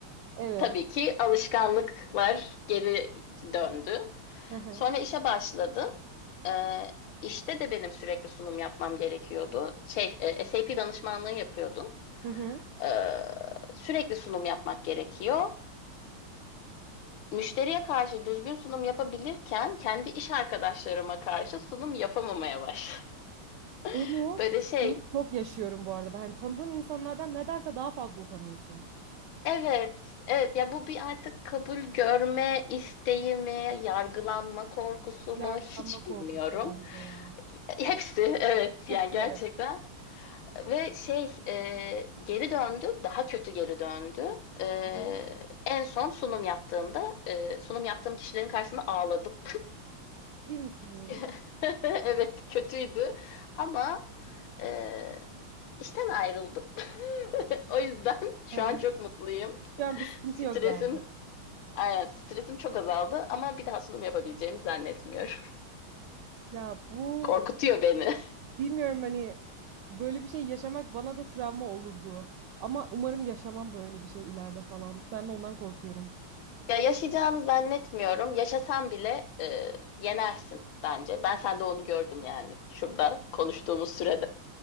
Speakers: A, on the right (about 75°); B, on the left (about 70°).
A: Evet.
B: Tabii ki alışkanlıklar geri döndü.
A: Hı hı.
B: Sonra işe başladım. Ee, işte de benim sürekli sunum yapmam gerekiyordu. Şey, e, SAP danışmanlığı yapıyordum.
A: Hı hı.
B: Ee, sürekli sunum yapmak gerekiyor. Müşteriye karşı düzgün sunum yapabilirken kendi iş arkadaşlarıma karşı sunum yapamamaya başladım.
A: Onu
B: <laughs> Böyle şey,
A: onu çok yaşıyorum bu arada. Ben hani tanıdığın insanlardan nedense daha fazla utanıyorsun.
B: evet, evet ya bu bir artık kabul görme isteği mi, yargılanma korkusu
A: Yargılanma
B: mu hiç
A: korkusu
B: bilmiyorum.
A: bence ya.
B: Hepsi evet
A: Hepsi
B: yani gerçekten.
A: evet.
B: Ve şey e, geri döndü, daha kötü geri döndü. E,
A: Hı hı.
B: en son sunum yaptığımda e, sunum yaptığım kişilerin karşısında ağladım.
A: Ciddi misin?
B: <laughs> Evet kötüydü ama e, işten ayrıldım. <laughs> O yüzden şu
A: Hı hı.
B: an çok mutluyum.
A: Şu an bir sıkıntı
B: Stresim,
A: yok yani.
B: aynen, stresim çok azaldı ama bir daha sunum yapabileceğimi zannetmiyorum.
A: Ya bu
B: <laughs> Korkutuyor beni.
A: bilmiyorum hani böyle bir şey yaşamak bana da travma olurdu. Ama umarım yaşamam böyle bir şey ileride falan. Ben de ondan korkuyorum.
B: Ya yaşayacağını zannetmiyorum. Yaşasan bile e, yenersin bence. Ben sende onu gördüm yani şurada konuştuğumuz sürede.